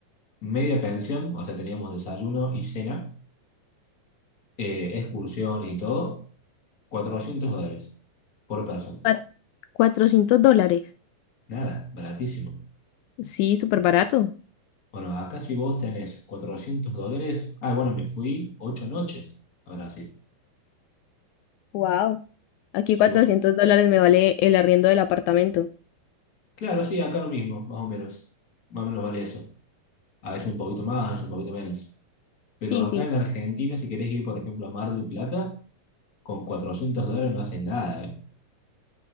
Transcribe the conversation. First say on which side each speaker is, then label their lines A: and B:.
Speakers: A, on the left (about 30°); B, on the left (about 85°).
A: media pensión, o sea, teníamos desayuno y cena, eh, excursiones y todo, 400 dólares por persona.
B: Cua- 400 dólares.
A: Nada, baratísimo.
B: Sí, súper barato.
A: Bueno, acá si vos tenés cuatrocientos dólares, ah, bueno, me fui ocho noches a Brasil.
B: Wow. Aquí
A: Si
B: cuatrocientos
A: vos-
B: dólares me vale el arriendo del apartamento.
A: Claro, sí, acá lo mismo, más o menos. Más o menos vale eso. A veces un poquito más, a veces un poquito menos. Pero
B: Sí,
A: acá
B: sí.
A: en Argentina, si querés ir, por ejemplo, a Mar del Plata, con 400 dólares no haces nada, ¿eh?